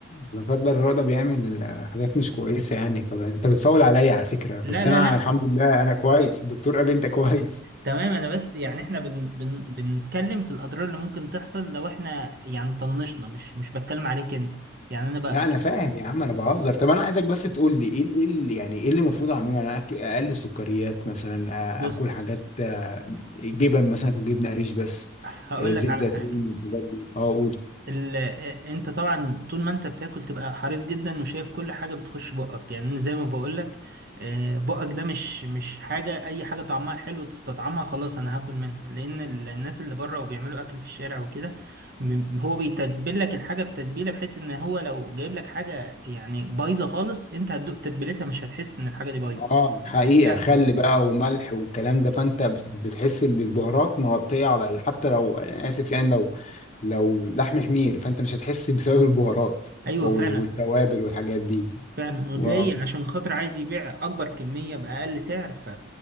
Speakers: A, on the left (about 35°); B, on the right (about 50°).
A: لا قدر الله ده بيعمل آه، حاجات مش كويسة يعني فأنت بتفاول عليا على فكرة بس
B: لا لا
A: أنا
B: لا
A: الحمد لله أنا كويس الدكتور قال لي أنت كويس
B: تمام انا بس يعني احنا بن بن بنتكلم في الاضرار اللي ممكن تحصل لو احنا يعني طنشنا مش مش بتكلم عليك انت يعني انا بقى
A: لا أنا فاهم يا عم أنا بهزر طب أنا عايزك بس تقول لي إيه إيه اللي يعني إيه اللي المفروض أعمله أنا أك- أقلل سكريات مثلا آ-
B: بص
A: آكل حاجات آه، جبن مثلا أكل جبنة قريش بس
B: هقول
A: آه، زيت
B: لك على
A: زيتون
B: حاجة
A: الحاجات دي أه قول
B: ال... آه، انت طبعا طول ما انت بتاكل تبقى حريص جدا وشايف كل حاجه بتخش بقك يعني زي ما بقولك آه، بقك ده مش مش حاجه اي حاجه طعمها حلو تستطعمها خلاص انا هاكل منها لان ال- الناس اللي بره وبيعملوا اكل في الشارع وكده م- هو بيتبل لك الحاجه بتتبيله بحيث ان هو لو جايب لك حاجه يعني بايظه خالص انت هتدوق تتبيلتها مش هتحس ان الحاجه دي بايظه
A: اه
B: التتبيله
A: حقيقة
B: هتبقى
A: خل بقى وملح والكلام ده فانت ب- بتحس ان البهارات مغطية على ال- حتى لو انا اسف يعني لو لو لحم حمير فانت مش هتحس <laughs> بسبب البهارات
B: ايوه
A: وال-
B: فعلا
A: والتوابل والحاجات دي
B: فعلا وتلاقي
A: و-
B: عشان خاطر عايز يبيع اكبر كميه باقل سعر ف